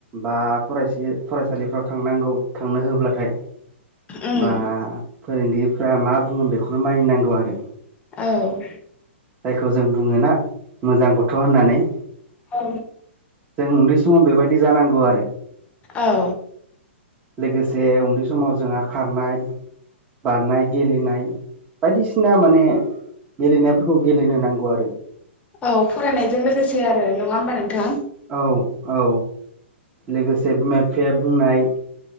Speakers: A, on the right (about 25°); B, on the left (about 20°).
A: बा फरायसे फरायसालिफ्राव थांनांगौ थांनो होब्लाथाय
B: उम
A: बा फोरोंगिरिफ्रा मा बुङो बेखौनो मानिनांगौ आरो
B: औ
A: जायखौ जों बुङोना मोजां गथ' होननानै
B: औ
A: जों उन्दै समाव बेबायदि जानांदों
B: औ
A: लोगोसे उन्दै समाव जोंहा खारनाय बारनाय गेलेनाय बायदिसिना माने गेलेनायफोरखौ गेलेनो नांगौ आरो
B: औ फरायनायजों लोगोसे आरो नङा होमबा नोंथाङा
A: औ औ लोगोसे बिमा बिफाया बुंनाय